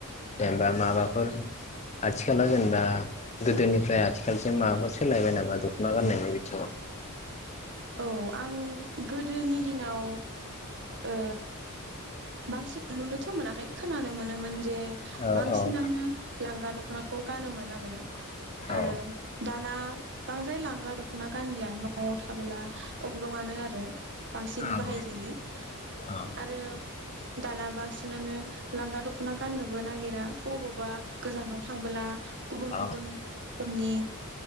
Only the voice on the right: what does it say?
औ आं गोदोनि दिनाव ओ बांसिन नुनोथ' मोनाखै खोनानो मोनोमोन। जे
बांसिनानो
लांगा दख नाखौ गानोमोन आरो आरो
दाना बांद्राय लांगा दख'ना गानलिया न'आव था बोला अग्रंङानो आरो बांसिन
बाहायजायो
आरो दाना बांसिनानो लांगा दख'ना गाननोबो नागिरा बबावबा गोजानाव थांबोला गुबुन
गुबुन रोखोमनि